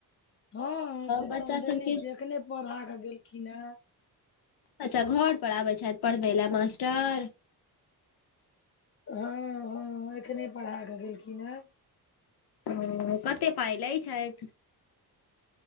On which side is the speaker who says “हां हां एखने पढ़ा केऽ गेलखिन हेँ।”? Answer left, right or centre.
Left